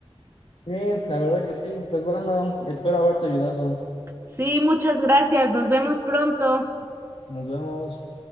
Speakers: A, on the left; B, on the right.
A: Sí, la verdad que sí. Pues bueno, espero haberte ayudado.
B: Sí, muchas gracias. Nos vemos pronto.
A: Nos vemos.